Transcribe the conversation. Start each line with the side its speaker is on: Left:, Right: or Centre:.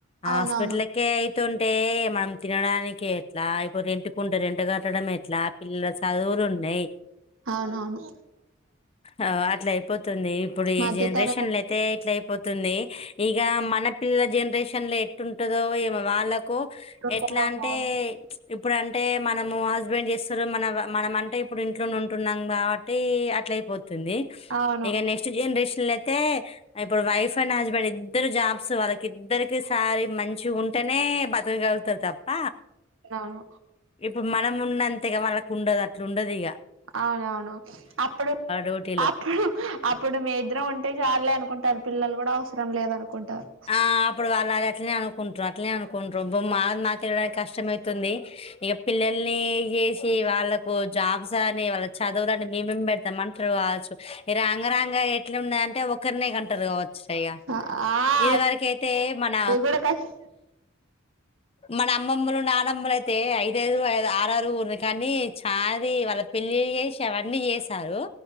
Right: అవునవును
Left: ఆస్పటలకేయ్ ఉంటే మనం తినడానికి ఎట్లా ఇపుడు రెంట్కు ఉంటే రెంట్ కట్టడం ఎట్లా పిల్లల చదువులు ఉన్నయి
Right: అవునవును
Left: ఆగో అట్లా అయిపోతుంది ఇప్పుడు ఈ
Right: మధ్య
Left: జనరేషన్ల
Right: తరగతి
Left: అయితే ఇట్ల అయిపోతుంది ఇగ మన పిల్ల జనరేషన్లో ఎట్లుంటదో ఏమో వాళ్లకు
Right: ఉంటదో
Left: ఎట్లా అంటే
Right: బాబు
Left: ఇప్పుడు అంటే మనము హస్బెండ్ చేస్తరు మన మనం అంటే ఇప్పుడు ఇంట్లోనే ఉంటున్నాం గబ థీ అట్లయిపోతుంది
Right: అవును
Left: ఇక నెక్స్ట్ జనరేషన్ ల అయితే ఇప్పుడు వైఫ్ అండ్ హస్బెండ్ ఇద్దరు జాబ్స్ వాళ్ళకి ఇద్దరికి సారి మంచి ఉంటేనే బ తగలుగుతారు తప్ప
Right: అవును
Left: ఇప్పుడు మనం ఉన్నంతేగా వాళ్ళకి ఉండదు అట్లు ఉండదు ఇగ
Right: అవునవును అప్పుడు
Left: డ్యూటీలు
Right: అప్పుడు అప్పుడు మీ ఇద్దరం ఉంటే చాలే అనుకుంటారు పిల్లలు కూడా అవసరం లేదఅనుకుంటారు
Left: ఆ అప్పుడు వాళ్ళది అట్లనే అనుకుంట్రూ అట్లేనే అనుకుంట్ర బు మాది మాకేల్లడానికి కష్టమైతే తుది ఇక పిల్లల్ని చేసి వాళ్ళకు జాబ్స్ అని చదవుదండి మేమేం పెడతాం అంటరు గావచ్చు ఇగ రాంగ రాంగ ఎట్లున్నేదాంటే ఒకరినే కంటారు కావచ్చ ఇగ
Right: అ ఆ
Left: ఇదివరకైతే మన
Right: అది కూడా కష్
Left: మన అమ్మమ్మలు నానమ్మలు అయితే ఐదఐదుఐ ఆరు ఆరు ఊరిని కానీ చాలీ వాళ్ళ పెళ్లిలు చేసి ఆవన్నీ చేసారు